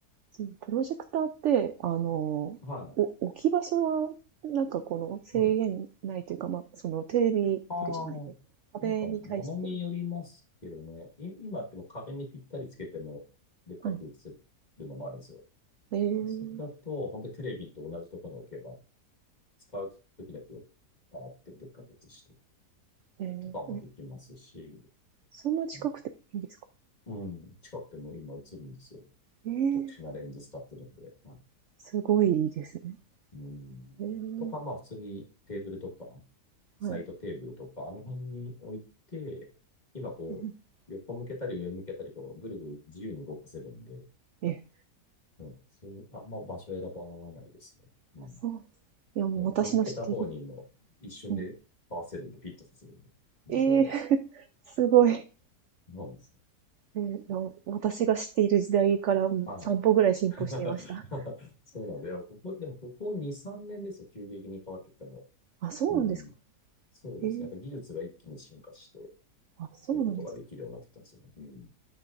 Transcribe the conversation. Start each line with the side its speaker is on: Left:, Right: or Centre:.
Right: そうプロジェクターって、あの、お
Left: は
Right: 置き場所は、なんかこの制限ないというか、
Left: い。うん。
Right: まあ、そのテレビ、
Left: ああ、
Right: テレビじゃないね、え壁に対して、
Left: なんか物によりますけどね。い、今ってもう壁にぴったりつけてもでっかく映せるのもあるんですよ。
Right: はい。えー、
Left: それだと、本当にテレビと同じところに置けば、使う時だけをバーってでっかく映して
Right: えーえ
Left: とかもできますし、
Right: そんな近くていいんですか
Left: あとうん、近くても今映るんですよ。
Right: ええー
Left: 特殊なレンズ使ってるんで。はい
Right: すごいいいですね。
Left: うん。
Right: えー
Left: とか、まあ普通にテーブルとか、サイドテーブルとか、
Right: はい。
Left: あの辺に置いて、今こう、
Right: <laughs>
Left: 横向けたり上向けたり、こう、ぐるぐる自由に動かせるんで、
Right: ええ、
Left: うん、そう、あんま場所選ばないですね。うん。
Right: そうです。いや、もう私の知っている
Left: うん。で、向けた方にも一瞬で合わせるんで、
Right: うん。
Left: フィットさせるんで、自動で。
Right: ええ <laughs>、すごい。
Left: そうなんですよ。
Right: ええ、いや、私が知っている時代から、うん、
Left: はい。
Right: 3歩ぐらい進歩していました。
Left: <laughs> そうなんだよ。ここ、でもここ2、3年ですよ。急激に変わってきたのは。
Right: あ、そうなんですか。
Left: うん。そうですね。
Right: ええ、
Left: やっぱ技術が一気に進化して、
Right: あ、そうなんですか。
Left: そういうことができるようになってきたんですよね。うん。